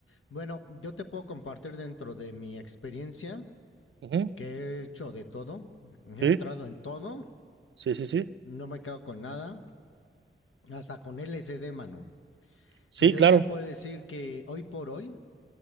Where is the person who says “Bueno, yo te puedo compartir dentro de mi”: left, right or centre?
Left